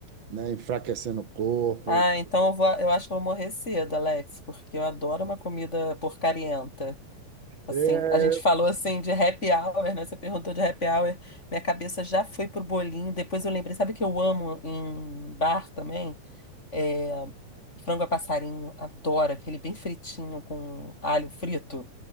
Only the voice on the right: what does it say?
né, enfraquecendo o corpo.
É,